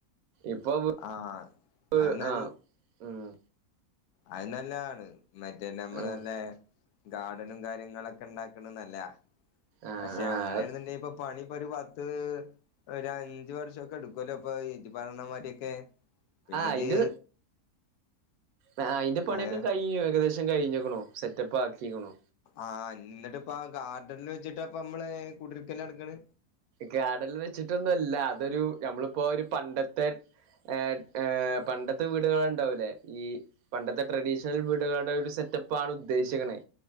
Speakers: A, on the right; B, on the left.
A: ഇപ്പൊ
B: ആഹ്
A: പ്പ്
B: അത് നൽ
A: ആഹ് ഉം
B: അത് നല്ലതാണ് മറ്റേ നമ്മള്
A: ആഹ്
B: തന്നെ ഗാർഡനും കാര്യങ്ങളൊക്കെ ഉണ്ടാക്കണന്നല്ല
A: ആഹ്
B: പക്ഷെ
A: ആഹ്
B: അങ്ങ നെയാണെന്നുണ്ടെങ്കി ഇപ്പൊ പണി ഇപ്പൊഒരു പത്ത് ഒരു അഞ്ച് വർഷക്കെ എടുക്കുവല്ലോ ഇപ്പൊ ഇജ്ജ് പറയണമാരിയേക്കെ പിന്നെ
A: അയിന്റെ
B: ഇജ്
A: ആഹ് ആഹ് അയ്ന്റെ പണിയൊക്കെ
B: ഏഹ്
A: കഴിഞ്ഞു ഏകദേശം കഴിഞ്ഞക്കണു സെറ്റപ്പാ ക്കിക്കണു
B: ആഹ് ന്നിട്ട് ഇപ്പ ഗാർഡനിൽ വെച്ചിട്ട്പ്പ നമ്മള് കുടിരിക്കല് നടക്കണ്
A: ഗാർഡനില് വെച്ചിട്ടൊന്നും അല്ല അതൊരു നമ്മളിപ്പോ ഒരു പണ്ടത്തെ ഏഹ് ഏഹ് പണ്ടത്തെ വീടുകളെണ്ടാവൂല്ലേ ഈ പണ്ടത്തെ ട്രഡീഷണൽ വീടുകളുടെ ഒരു സെറ്റപ്പാണ് ഉദ്ദേശിച്ച്ക്ക്ണേ